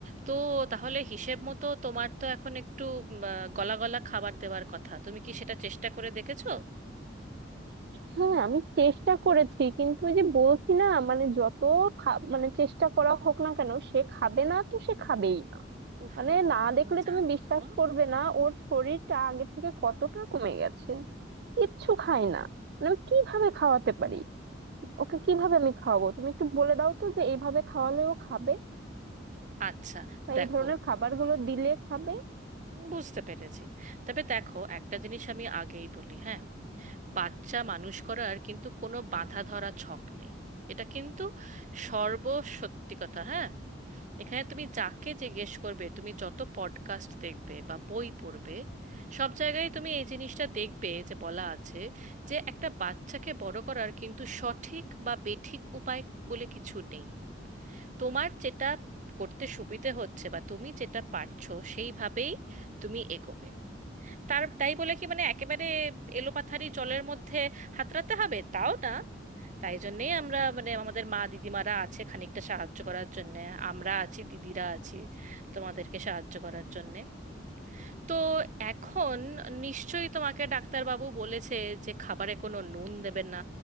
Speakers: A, on the right; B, on the right.
A: তো তাহলে হিসেব মতো তোমার তো এখন একটু উম, আহ, গলা গলা খাবার দেওয়ার কথা তুমি কি সেটা চেষ্টা করে দেখেছো
B: হ্যাঁ আমি চেষ্টা করেছি কিন্তু ওই যে বলছি না মানে যত খা- মানে চেষ্টা করা হোক না কেন সে খাবে না তো সে খাবেই না
A: উফ
B: মানে
A: বাবা
B: না
A: আমিও
B: দেখলে
A: জানি
B: তুমি বিশ্বাস
A: না
B: করবে না ওর শরীরটা আগের থেকে কতটা কমে গেছে কিচ্ছু খাই না মানে আমি কিভাবে খাওয়াতে পারি ওকে কিভাবে আমি খাওয়াবো তুমি একটু বলে দাও তো যে এইভাবে খাওয়ালেও খাবে
A: আচ্ছা
B: বা
A: দেখো
B: এই ধরনের খাবারগুলো দিলে খাবে
A: বুঝতে পেরেছি তবে দেখো একটা জিনিস আমি আগেই বলি হ্যাঁ বাচ্চা মানুষ করার কিন্তু কোনো বাঁধা ধরা ছক নেই এটা কিন্তু সর্বসত্যি কথা হ্যাঁ এখানে তুমি যাকে জিজ্ঞেস করবে তুমি যত পডকাস্ট দেখবে বা বই পড়বে সব জায়গায় তুমি এই জিনিসটা দেখবে যে বলা আছে যে একটা বাচ্চাকে বড় করার কিন্তু সঠিক বা বেঠিক উপায় বলে কিছু নেই তোমার যেটা করতে সুবিধে হচ্ছে বা তুমি যেটা পারছো সেইভাবেই তুমি এগোবে তার তাই বলে কি মানে একেবারে এলোপাথারি জলের মধ্যে হাতড়াতে হবে তাও না তাই জন্যেই আমরা মানে আমাদের মা দিদিমারা আছে খানিকটা সাহায্য করার জন্যে আমরা আছি দিদিরা আছি তোমাদেরকে সাহায্য করার জন্যে তো এখন নিশ্চয়ই তোমাকে ডাক্তারবাবু বলেছে যে খাবারে কোনো নুন দেবে না